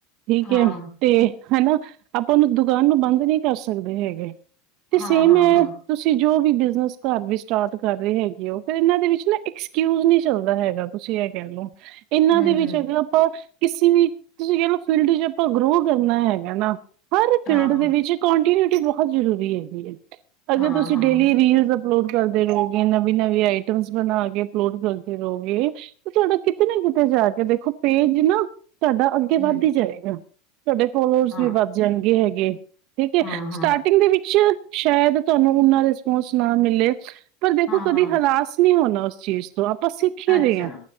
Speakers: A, on the right; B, on the left.
A: ਠੀਕ
B: ਹਾਂ
A: ਹੈ ਤੇ ਹੈਨਾ ਆਪਾਂ ਦੁਕਾਨ ਨੂੰ ਬੰਦ ਨੀ ਕਰ ਸਕਦੇ ਹੈਗੇ ਤੇ
B: ਹਾਂ
A: ਸੇਮ
B: ਹਾਂ
A: ਹੈ
B: ਹਾਂ
A: ਤੁਸੀਂ ਜੋ ਵੀ ਬਿਜਨਸ ਘਰ ਵੀ ਸਟਾਰਟ ਕਰ ਰਹੇ ਹੈਗੇ ਉਹ ਫਿਰ ਇਹਨਾਂ ਦੇ ਵਿੱਚ ਨਾ ਐਕਸਕਿਊਜ ਨਹੀਂ ਚੱਲਦਾ ਹੈਗਾ ਤੁਸੀਂ ਇਹ ਕਹਿ ਲਓ ਇਹਨਾਂ
B: ਹਮ
A: ਦੇ ਵਿੱਚ
B: ਹਮ
A: ਹੈਗਾ ਆਪਾਂ ਕਿਸੇ ਵੀ ਤੁਸੀਂ ਕਹਿ ਲਓ ਫੀਲਡ ਚ ਆਪਾਂ ਗਰੋ ਕਰਨਾ ਹੈਗਾ ਨਾ ਹਰ
B: ਹਾਂ
A: ਫੀਲਡ
B: ਹਾਂ
A: ਦੇ ਵਿੱਚ ਕੰਟੀਨਿਊਟੀ ਬਹੁਤ ਜ਼ਰੂਰੀ ਹੈ ਵੀ ਅਗਰ
B: ਹਾਂ
A: ਤੁਸੀਂ
B: ਹਾਂ
A: ਡੇਲੀ
B: ਹਾਂ
A: ਰੀਲ ਅਪਲੋਡ ਕਰਦੇ ਰਹੋਗੇ ਨਵੀਂ ਨਵੀਂ ਆਈਟਮ ਬਣਾ ਕੇ ਅਪਲੋਡ ਕਰਦੇ ਰਹੋਗੇ ਤੇ ਤੁਹਾਡਾ ਕਿਤੇ ਨਾ ਕਿਤੇ ਜਾ ਕੇ ਦੇਖੋ ਪੇਜ ਨਾ ਤੁਹਾਡਾ ਅੱਗੇ
B: ਹਮ
A: ਵੱਧ ਹੀ ਜਾਏਗਾ ਤੁਹਾਡੇ ਫੋਲੋਅਰਸ
B: ਹਾਂ
A: ਵੀ ਵੱਧ ਜਾਣਗੇ ਹੈਗੇ ਜ <unintelligible> ਠੀਕ ਹੈ
B: ਹਾਂ ਹਾਂ
A: ਸਟਾਰਟਿੰਗ ਦੇ ਵਿੱਚ ਸ਼ਾਇਦ ਤੁਹਾਨੂੰ ਉਨਾਂ ਰਿਸਪੋਂਸ ਨਾ ਮਿਲੇ ਪਰ ਦੇਖੋ
B: ਹਾਂ
A: ਕਦੇ
B: ਹਾਂ
A: ਹਰਾਸ ਨਹੀਂ ਹੋਣਾ ਉਸ ਚੀਜ਼ ਆਪ ਆਪਾਂ ਸਿੱਖੇ
B: ਅੱਛਾ
A: ਰਹੇ ਹਾਂ,